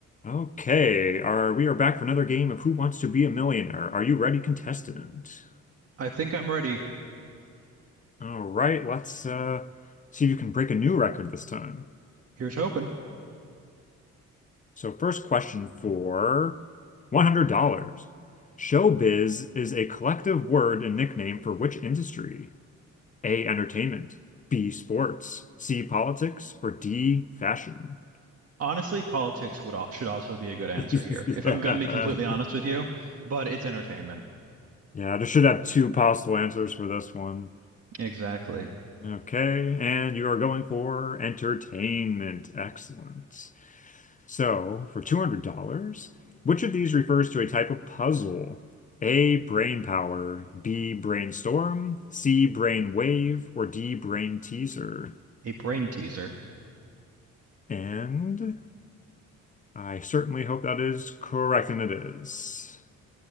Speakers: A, on the left; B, on the right.
A: Okay, are we are back for another game of Who Wants to Be a Millionaire? Are you ready, contestant?
B: I think I'm ready.
A: All right, let's uh see if you can break a new record this time.
B: Here's hoping.
A: So first question for $100. Showbiz is a collective word and nickname for which industry? A, entertainment, B, sports, C, politics, or D, fashion?
B: Honestly, politics would al should also be a good answer
A: <laughs>
B: here, if I'm going to be completely honest with you, but it's entertainment.
A: Yeah, there should have two possible answers for this one.
B: Exactly.
A: Okay, and you are going for entertainment. Excellent. So, for $200, which of these refers to a type of puzzle? A, brain power, B, brainstorm, C, brain wave, or D, brain teaser?
B: A brain teaser.
A: And I certainly hope that is correct, and it is.